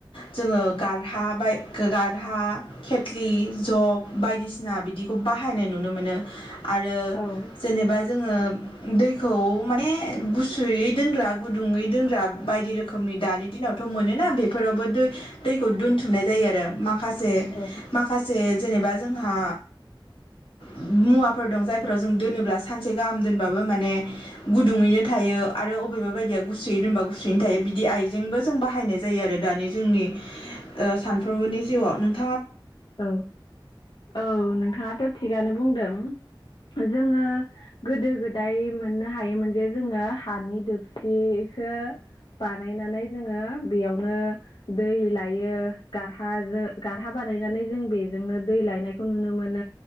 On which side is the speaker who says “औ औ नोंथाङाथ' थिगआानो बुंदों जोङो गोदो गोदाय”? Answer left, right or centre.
Left